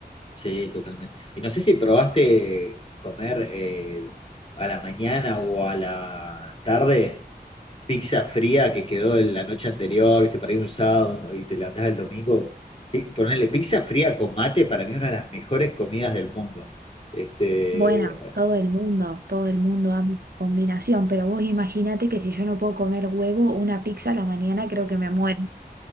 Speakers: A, on the left; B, on the right.
A: sí, totalmente. Y no sé si probaste comer eh, a la mañana o a la tarde. pizza fría que quedó de la noche anterior, viste, para ir un sábado ¿no? y te la levantás el domingo. Pi- Ponerle pizza fría con mate para mí es una de las mejores comidas del mundo. Este,
B: Bueno, todo el mundo, todo el mundo ama esa combinación, pero vos imagínate que si yo no puedo comer huevo, una pizza a la mañana creo que me muero.